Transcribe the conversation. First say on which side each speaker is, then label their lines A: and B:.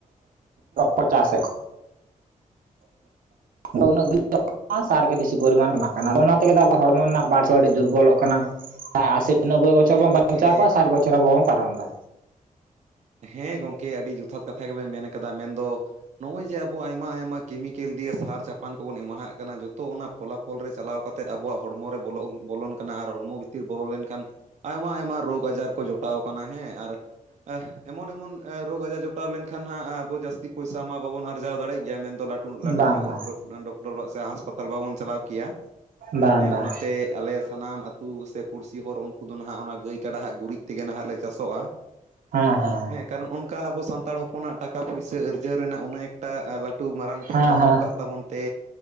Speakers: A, on the right; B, on the right.
A: ᱠᱟᱰᱟ <inaudible> ᱟᱫᱚ ᱩᱱᱟᱹᱜ <unintelligible> ᱥᱟᱨ ᱜᱮ ᱵᱮᱥᱤ ᱯᱚᱨᱤᱢᱟᱱ ᱮᱢᱟᱜ ᱠᱟᱱᱟ ᱟᱫᱚ ᱚᱱᱟ ᱛᱮᱜᱮ ᱦᱚᱲᱢᱚ ᱨᱮᱱᱟᱜ ᱯᱟᱨᱴ ᱦᱚᱸ ᱟᱹᱰᱤ ᱫᱩᱨᱵᱚᱞᱚᱜ ᱠᱟᱱᱟ <inaudible> ᱱᱳᱵᱳᱭ ᱵᱚᱪᱷᱚᱨ
B: ᱦᱮᱸ
A: ᱵᱚᱱ
B: ᱜᱚᱝᱠᱮ
A: ᱵᱟᱧᱪᱟᱣ ᱠᱚᱜᱼᱟ ᱥᱟᱴ ᱵᱚᱪᱷᱚᱨ ᱵᱟᱼᱵᱚᱱ ᱯᱟᱨᱚᱢ ᱮᱫᱟ
B: ᱦᱮᱸ ᱜᱚᱢᱠᱮ ᱟᱹᱰᱤ ᱡᱚᱛᱷᱟᱛ ᱠᱟᱛᱷᱟ ᱜᱮᱵᱮᱱ ᱢᱮᱱ ᱠᱟᱫᱟ ᱢᱮᱱᱫᱚ ᱱᱚᱜ ᱚᱭ ᱡᱮ ᱟᱵᱚ ᱟᱭᱢᱟ ᱟᱭᱢᱟ ᱠᱮᱢᱤᱠᱮᱞ ᱫᱤᱭᱮ ᱥᱟᱨ ᱪᱟᱯᱟᱱ ᱠᱚᱵᱚᱱ ᱮᱢᱟᱦᱟᱜ ᱠᱟᱱᱟ ᱡᱚᱛᱚ ᱚᱱᱟ ᱯᱷᱚᱞᱟᱯᱼᱼ ᱯᱷᱚᱞ ᱨᱮ ᱪᱟᱞᱟᱣ ᱠᱟᱛᱮᱫ ᱟᱵᱚᱣᱟᱜ ᱦᱚᱲᱢᱚ ᱨᱮ ᱵᱚᱞᱚ ᱵᱚᱞᱚᱱ ᱠᱟᱱᱟ ᱟᱨ ᱦᱚᱲᱢᱚ ᱵᱷᱤᱛᱤᱨ ᱵᱚᱞᱚ ᱞᱮᱱᱠᱷᱟᱱ ᱟᱭᱢᱟ ᱟᱭᱢᱟ ᱨᱚᱜᱽ ᱟᱡᱟᱨ ᱠᱚ ᱡᱚᱴᱟᱣ ᱟᱠᱟᱱᱟ ᱦᱮᱸ ᱟᱨ ᱮᱢᱚᱱ ᱮᱢᱚᱱ ᱨᱳᱜᱽ ᱟᱡᱟᱨ ᱡᱚᱴᱟᱣ ᱞᱮᱱᱠᱷᱟᱱ ᱦᱟᱸᱜ ᱟᱵᱚ ᱡᱟᱹᱥᱛᱤ ᱯᱚᱭᱥᱟ ᱢᱟ ᱵᱟᱵᱚᱱ ᱟᱨᱡᱟᱣ ᱫᱟᱲᱮᱭᱟᱜ ᱜᱮᱭᱟ ᱢᱮᱱᱫᱚ ᱞᱟᱹᱴᱩ ᱞᱟᱹᱴᱩ
A: ᱵᱟᱝ
B: ᱧᱚᱜ ᱦᱚᱸ
A: ᱵᱟᱝ
B: ᱰᱚᱠᱴᱚᱨ ᱚᱲᱟᱜ ᱥᱮ ᱦᱟᱸᱥᱯᱟᱛᱟᱞ ᱵᱟᱵᱚᱱ ᱪᱟᱞᱟᱣ ᱠᱮᱭᱟ
A: ᱵᱟᱝ
B: ᱦᱮᱸ
A: ᱵᱟᱝ
B: ᱚᱱᱟ ᱛᱮ ᱟᱞᱮ ᱥᱟᱱᱟᱢ ᱟ. ᱛᱩ ᱥᱮ ᱯᱩᱲᱥᱤ ᱦᱚᱲ ᱩᱱᱠᱩ ᱫᱚ ᱱᱟᱦᱟᱜ ᱚᱱᱟ ᱜᱟᱹᱭ ᱠᱟᱰᱟ ᱦᱟᱜ ᱜᱩᱨᱤᱡ ᱛᱮᱜᱮ ᱱᱟᱦᱟᱜ ᱞᱮ ᱪᱟᱥᱚᱜᱼᱟ
A: ᱦᱮᱸ ᱦᱮᱸ
B: ᱠᱟᱨᱚᱱ ᱚᱱᱠᱟ ᱟᱵᱚ ᱥᱟᱱᱛᱟᱲ ᱦᱚᱯᱚᱱᱟᱜ ᱴᱟᱠᱟ ᱯᱩᱭᱥᱟᱹ ᱟᱹᱨᱡᱟᱹᱣ ᱨᱮᱱᱟᱜ ᱩᱱᱟᱹᱜ ᱮᱴᱟᱜ ᱞᱟᱹᱴᱩ ᱢᱟᱨᱟᱝ ᱯᱚᱫᱽ
A: ᱦᱮᱸ
B: ᱵᱟᱹᱱᱩᱜ
A: ᱦᱮᱸ
B: ᱟᱠᱟᱫ ᱛᱟᱵᱚᱱ ᱛᱮ